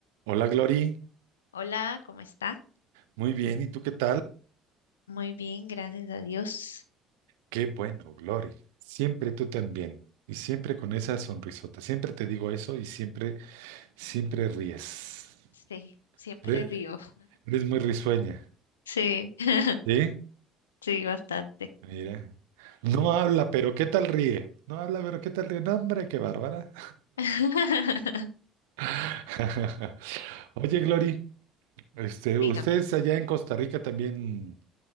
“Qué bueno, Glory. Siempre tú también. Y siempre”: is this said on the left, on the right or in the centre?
Right